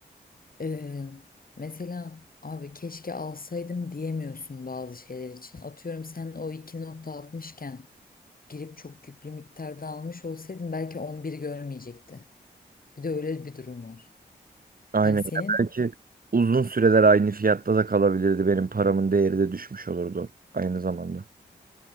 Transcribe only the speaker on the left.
Ee, mesela abi keşke alsaydım diyemiyorsun bazı şeyler için. Atıyorum sen o 2.60 iken girip çok yüklü miktarda almış olsaydın belki 11 görmeyecekti. Bir de öyle bir durum var.
Hani senin